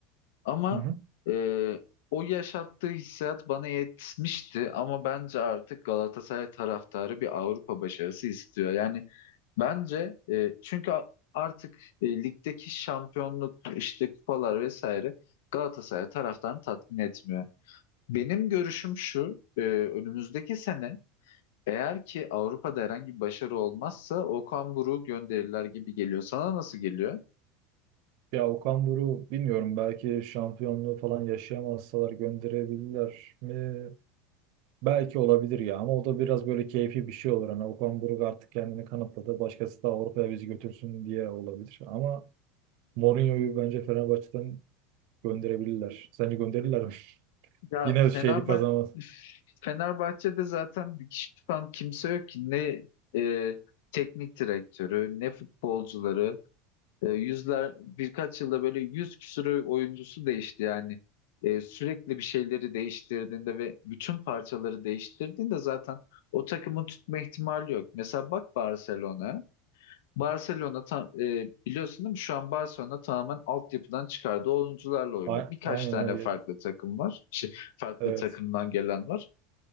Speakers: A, on the left; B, on the right.
A: Ama
B: Hı hı.
A: e, o yaşattığı hissiyat bana yetmişti ama bence artık Galatasaray taraftarı bir Avrupa başarısı istiyor. Yani bence e, çünkü a- artık e, ligdeki şampiyonluk, işte kupalar vesaire Galatasaray taraftarını tatmin etmiyor. Benim görüşüm şu, e, önümüzdeki sene eğer ki Avrupa'da herhangi bir başarı olmazsa Okan Buruk'u gönderirler gibi geliyor. Sana nasıl geliyor?
B: Ya Okan Buruk bilmiyorum belki şampiyonluğu falan yaşayamazsalar gönderebilirler mi? Belki olabilir ya ama o da biraz böyle keyfi bir şey olur. Hani Okan Buruk artık kendini kanıtladı. Başkası da Avrupa'ya bizi götürsün diye olabilir. Ama Mourinho'yu bence Fenerbahçe'den gönderebilirler. Sence gönderirler mi? <laughs>
A: Ya
B: Yine
A: Fenerbahçe
B: şeyli kazanmaz.
A: Fenerbahçe'de zaten bir kişi tutan kimse yok ki ne e, teknik direktörü ne futbolcuları E, yüzler birkaç yılda böyle yüz küsürü oyuncusu değişti yani E, sürekli bir şeyleri değiştirdiğinde ve bütün parçaları değiştirdiğinde zaten o takımı tutma ihtimali yok. Mesela bak Barcelona. Barcelona ta- e, biliyorsun değil mi? Şu an Barcelona tamamen altyapıdan çıkardığı oyuncularla oynuyor.
B: A-
A: Birkaç
B: Aynen
A: tane
B: aynen.
A: farklı takım var. Şey, farklı
B: Evet.
A: takımdan gelen var.